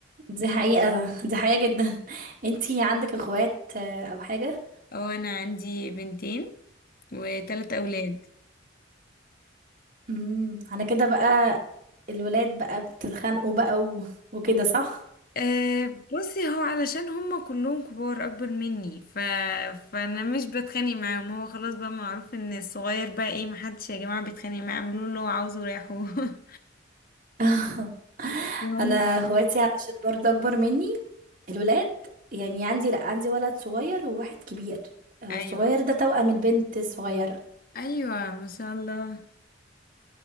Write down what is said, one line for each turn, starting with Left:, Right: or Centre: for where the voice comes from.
Right: دي حقيقه دي حقيقه جدا <laughs> انتي عندك اخوات آه، او حاجه
Left: اه انا عندي بنتين وتلات اولاد
Right: اوكي امم على كده بقى الولاد بقى بتتخانقوا بقى و... وكده صح
Left: أه بصي هو علشان هم كلهم كبار اكبر مني ف... فانا مش بتخانق معاهم هو خلاص بقى معروف ان الصغير بقى ايه محدش يا جماعة بيتخانق معاه اعملوا له اللي هو عاوزه وريحوه <laughs>
Right: <laughs>
Left: هم
Right: انا اخواتي علشان برضه اكبر مني الولاد يعني عندي لا عندي ولد صغير وواحد كبير آه،
Left: ايوه
Right: الصغير ده توأم البنت الصغيرة
Left: ايوه ما شاء الله